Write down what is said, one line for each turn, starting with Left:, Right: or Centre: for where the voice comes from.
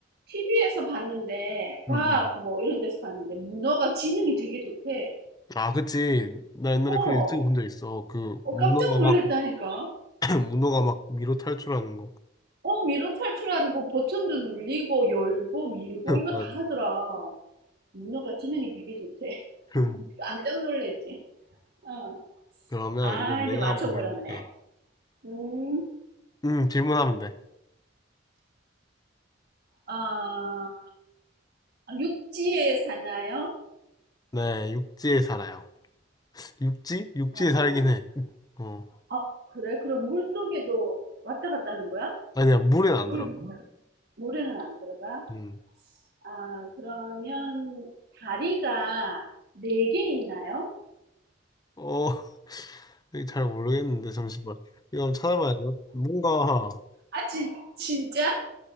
Right: TV에서 봤는데, 과학
Left: 음, 음.
Right: 뭐 이런 데서 봤는데, 문어가 지능이 되게 좋대.
Left: 아, 그치. 나 옛날에
Right: 어,
Left: 그런 유튜브 본 적 있어. 그,
Right: 어,
Left: 문어가
Right: 깜짝 놀랐다니까.
Left: 막, <clears throat> 문어가 막 위로 탈출하는 거.
Right: 어, 미로 탈출하는 거 버튼도 눌리고, 열고, 밀고,
Left: <clears throat>
Right: 이거
Left: <laughs> 맞아.
Right: 다 하더라. 문어가 지능이 되게 좋대.
Left: <laughs>
Right: <laughs> 깜짝 놀랬지. 어.
Left: 그러면
Right: 아,
Left: 이제 내가
Right: 이제 맞춰버렸네.
Left: 한번 해볼게.
Right: 음,
Left: 음, 질문하면 돼.
Right: 아, 육지에 사나요?
Left: 네, 육지에 살아요. 육지? 육지에
Right: 그러
Left: 살긴 해. 어.
Right: 아, 그래? 그럼 물 속에도 왔다 갔다 하는 거야?
Left: 아니야, 물엔 안
Right: 물,
Left: 들어가.
Right: 음. 모래는 안 들어가?
Left: 음.
Right: 아, 그러면 다리가 네 개 있나요?
Left: 어, <laughs> 이거 잘 모르겠는데, 잠시만. 이거 한번 찾아봐야 돼. 뭔가,
Right: 아, 진, 진짜?